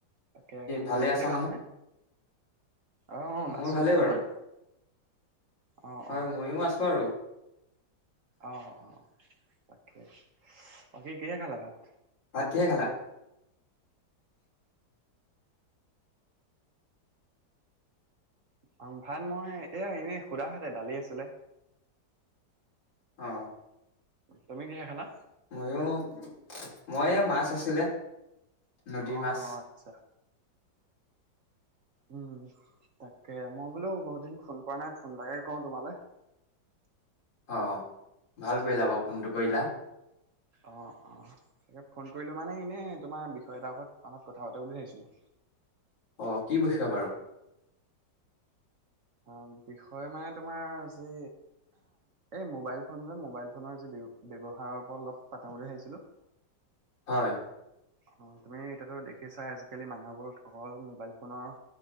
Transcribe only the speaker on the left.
ভালে
আছা
মোৰ
ভালেই বাৰু
হয়
ময়ো আছো আৰু।
ভাত কিহেৰে খালা?
অ।
ময়ো মই এইয়া মাছ আছিলে। নদীৰ
মাছ।
অ ভাল কৰিলা বাৰু ফোনটো
কৰিলা।
অ কি বুছা বাৰু।
হয়।